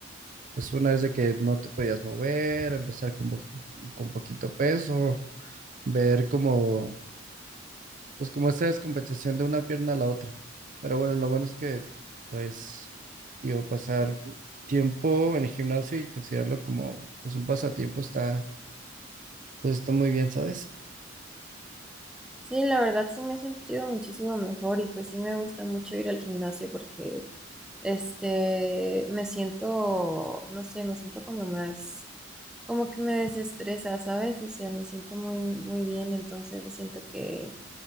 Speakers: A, on the right; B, in the centre.
A: pues una vez de que no te podías mover, empezar con, bo- con poquito peso, ver como, pues como esa descompensación de una pierna a la otra. Pero bueno, lo bueno es que, pues, digo, pasar tiempo en el gimnasio y considerarlo como, pues, un pasatiempo está, pues está muy bien, ¿sabes?
B: Sí, la verdad sí me he sentido muchísimo mejor y pues sí me gusta mucho ir al gimnasio porque este me siento, no sé, me siento como más, como que me desestresa, ¿sabes? O sea, me siento muy, muy bien, entonces siento que